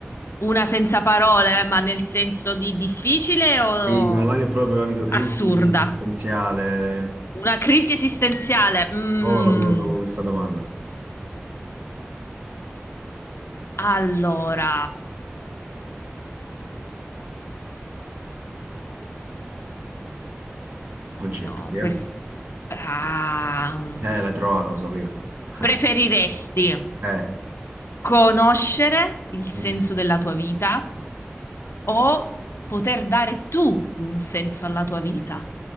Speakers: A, on the left; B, on the right.
A: una senza parole, ma nel senso di difficile o
B: Sì, quella là che proprio, capito, crisi
A: assurda?
B: esistenziale,
A: Una crisi esistenziale. Mm.
B: psicologo, dopo questa domanda.
A: Allora.
B: Concetta,
A: No,
B: perché?
A: questo... Ah, mm.
B: Eh, l'hai trovata, lo sapevo. <laughs>
A: preferiresti
B: Eh, eh.
A: conoscere il senso
B: eh.
A: della tua vita o poter dare tu un senso alla tua vita?